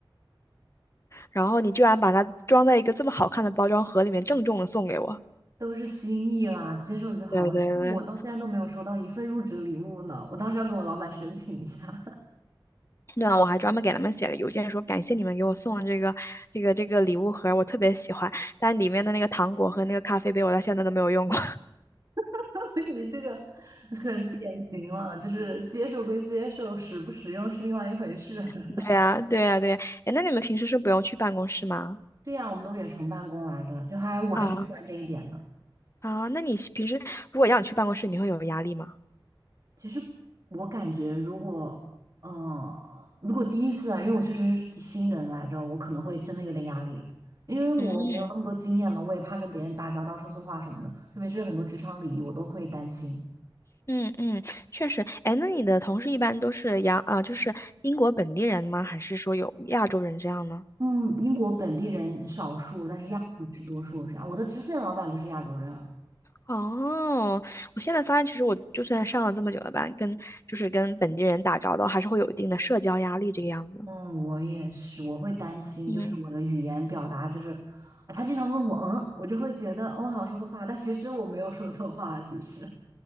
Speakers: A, on the left; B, on the right.
A: 然后你居然把它装在一个这么好看的包装盒里面，郑重的送给我。
B: 都是心意啦，接受就好了。
A: 对对对。
B: 像我到现在都没有收到一份入职礼物呢，我当时要跟我老板申请一下。
A: 对啊，我还专门给他们写了邮件，说感谢你们给我送的这个、这个、这个礼物盒，我特别喜欢。但里面的那个糖果和那个咖啡杯，我到现在都没有用过。
B: <laughs> 你这个很典型了，就是接受归接受，实不实用是另外一回事。<laughs>
A: 对呀，对呀，对呀。哎，那你们平时是不用去办公室吗？
B: 对呀，我们都远程办公来着，就还我还挺喜欢这一点的。
A: 啊啊，那你平时如果要你去办公室，你会有压力吗？
B: 其实我感觉，如果，嗯，如果第一次啊，因为我确实是新人来着，我可能会真的有点压力，因为我没有那么多经验嘛，
A: 嗯
B: 我也怕跟别人打交道说错话什么的，特别是很多职场礼仪，我都会担心。
A: 嗯嗯，确实。哎，那你的同事一般都是洋啊，就是英国本地人吗？还是说有亚洲人这样呢？
B: 嗯，英国本地人少数，但是亚洲人是多数，这样。我的直线老板就是亚洲人。
A: 哦，我现在发现，其实我就算上了这么久的班，跟就是跟本地人打交道，还是会有一定的社交压力这个样子。
B: 嗯，我也是，我会担心，
A: 嗯，
B: 就是我的语言表达，就是啊他经常问我，嗯，我就会觉得，哦我好像说错话，但其实我没有说错话，其实。